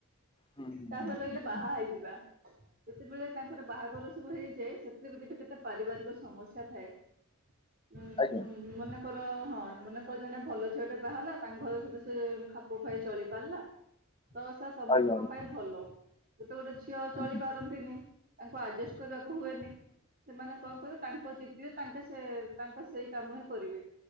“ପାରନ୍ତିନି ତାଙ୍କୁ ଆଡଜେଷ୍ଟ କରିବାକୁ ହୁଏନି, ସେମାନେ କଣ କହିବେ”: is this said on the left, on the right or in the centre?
Right